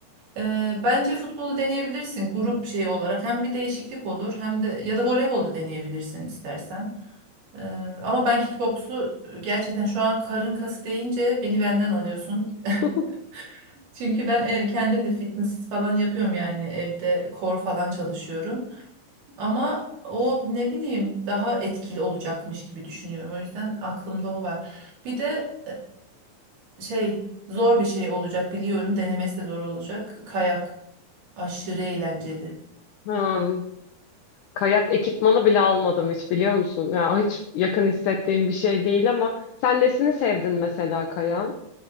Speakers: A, on the right (about 75°); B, on the left (about 80°).
A: E, bence futbolu deneyebilirsin grup şeyi olarak. Hem bir değişiklik olur hem de ya da voleybolu deneyebilirsin istersen. Ee, ama ben kickboksu gerçekten şu an karın kası deyince beni benden alıyorsun.
B: <laughs>
A: <laughs> Çünkü ben e, kendim de fitness falan yapıyorum yani evde core falan çalışıyorum. Ama o ne bileyim daha etkili olacakmış gibi düşünüyorum. O yüzden aklımda o var. Bir de e, şey zor bir şey olacak biliyorum. Denemesi de zor olacak. Kayak aşırı eğlenceli.
B: Ha. Kayak ekipmanı bile almadım hiç biliyor musun? Ya hiç yakın hissettiğim bir şey değil ama sen nesini sevdin mesela kayağın?